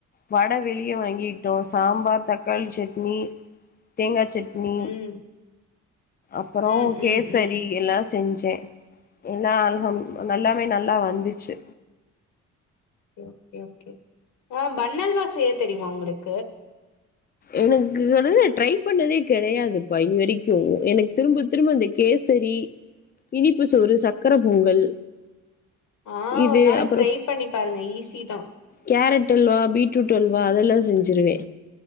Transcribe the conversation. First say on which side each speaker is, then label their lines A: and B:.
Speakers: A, on the left; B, on the left.
A: வட வெளிய வாங்கிகிட்டோ சாம்பார் தக்காளி சட்னி தேங்கா சட் னி
B: ம்
A: அப்றோ
B: ம்
A: கேசரி
B: ம் ம்
A: எல்லா செஞ்சேன் எல்லா ஆல்ஹம் நல்லாமே நல்லா வந்துச்சு
B: ஓக்கே ஓக்கே அ பன் அல்வா செய்ய தெரிமா உங்களுக்
A: எனக்கு <unintelligible> ட்ரைப் பண்ணதே கெடயாது ப்பா இது வரிக்கும் எனக்கு திரும்ப திரும்ப அந்த கேசரி இனிப்பு சோறு சக்கர பொங்கல்
B: ஆ
A: இது
B: ஒர் நாளைக்
A: அப்புறோ
B: ட்ரைப் பண்ணி பாருங்க ஈஸி தா
A: கேரட் அல்வா பீட்ரூட் அல்வா அதெல்லா செஞ்சிருவே